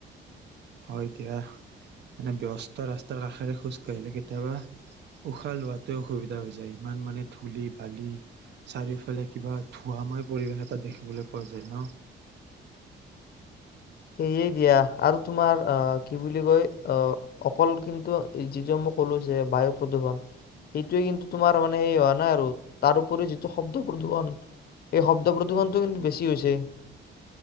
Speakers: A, on the right; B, on the left.
A: হয় দিয়া মানে ব্যৱস্থাৰ ৰাস্তাৰ কাষেৰে খোজ কাঢ়িলে কেতিয়াবা উশাহ লোৱাতে অসুবিধা হৈ যায় ইমান মানে ধূলি বালি চাৰিওফালে কিবা ধোৱাময় পৰিৱেশ এটা দেখিবলৈ পোৱা যায় ন?
B: সেয়ে দিয়া আৰু তোমাৰ আহ কি বুলি কয় আহ অকল কিন্তু যি যে মই কলো যে বায়ু প্ৰদূৰ্ষণ সেইটোৱে কিন্তু তোমাৰ মানে সেই হোৱা নাই আৰু তাৰ উপৰি যিটো শব্দ প্ৰদূৰ্ষন এইেই শব্দ প্ৰদূৰ্ষনটো কিন্তু বেছি হৈছে।